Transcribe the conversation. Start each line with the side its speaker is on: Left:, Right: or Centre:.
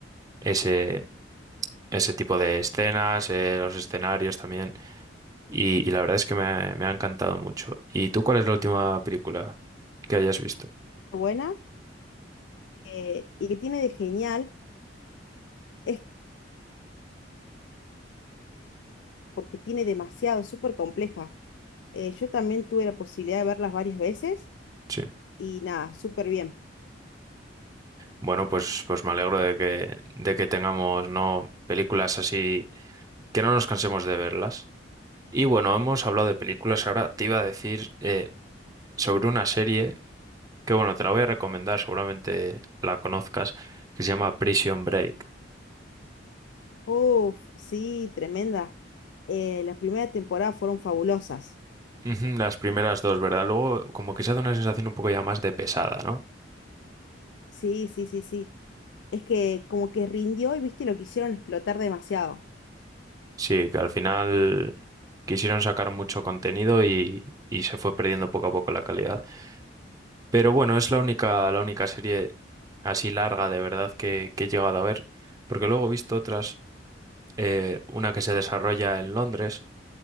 Right: ese, ese tipo de escenas, eh, los escenarios también. Y, y la verdad es que me, me ha encantado mucho. ¿Y tú cuál es la última película que hayas visto?
Left: Buena, eh, y que tiene de genial es porque tiene demasiado, es súper compleja. Eh, yo también tuve la posibilidad de verlas varias veces
Right: Sí.
Left: y nada, súper bien.
Right: Bueno, pues, pues me alegro de que, de que tengamos, ¿no? películas así que no nos cansemos de verlas. Y bueno, hemos hablado de películas. Ahora te iba a decir eh, sobre una serie. que bueno, te la voy a recomendar, seguramente la conozcas, que se llama Prison Break.
Left: Uf, sí, tremenda. Eh, las primeras temporadas fueron fabulosas.
Right: Ujú, Las primeras dos, ¿verdad? Luego como que se hace una sensación un poco ya más de pesada, ¿no?
Left: Sí, sí, sí, sí. Es que como que rindió y viste lo que hicieron explotar demasiado.
Right: Sí, que al final quisieron sacar mucho contenido y, y se fue perdiendo poco a poco la calidad. Pero bueno, es la única, la única serie así larga de verdad que, que he llegado a ver, porque luego he visto otras, eh, una que se desarrolla en Londres,